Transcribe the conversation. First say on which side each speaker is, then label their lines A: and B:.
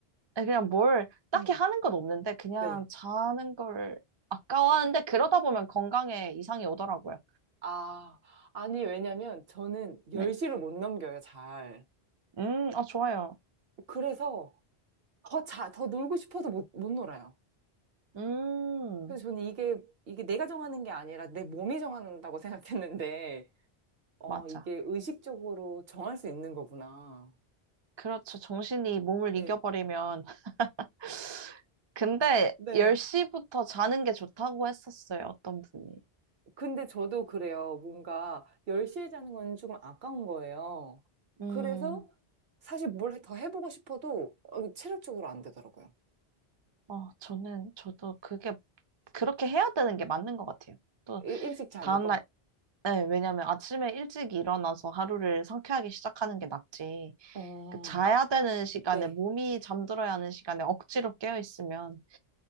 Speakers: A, on the right; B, on the right.
A: 예, 그냥 뭘 딱히
B: 응.
A: 하는 건 없는데 그냥
B: 네.
A: 자는 걸 아까워하는데 그러다 보면 건강에 이상이 오더라고요.
B: 아, 아니, 왜냐면 저는 열시를
A: 네.
B: 못 넘겨요, 잘.
A: 음, 아, 좋아요.
B: 그래서 더 자, 더 놀고 싶어도 못, 못 놀아요.
A: 음,
B: 그래서 저는 이게, 이게 내가 정하는 게 아니라 내 몸이 정한다고 <laughs> 생각했는데, 어,
A: 맞아.
B: 이게 의식적으로 정할 수 있는 거구나.
A: 그렇죠. 정신이 몸을
B: 네.
A: 이겨버리면. <laughs> 근데
B: 네.
A: 10시부터 자는 게 좋다고 했었어요. 어떤 분이.
B: 근데 저도 그래요. 뭔가 10시에 자는 건 조금 아까운 거예요.
A: 음,
B: 그래서 사실 뭘 더 해보고 싶어도 어, 체력적으로 안 되더라고요.
A: 어, 저는, 저도 그게, 그렇게 해야 되는 게 맞는 것 같아요. 또,
B: 일, 일찍 자는
A: 다음날
B: 거.
A: 네, 왜냐면 아침에 일찍 일어나서 하루를 상쾌하게 시작하는 게 낫지.
B: 어,
A: 그 자야 되는 시간에,
B: 네.
A: 몸이 잠들어야 하는 시간에 억지로 깨어 있으면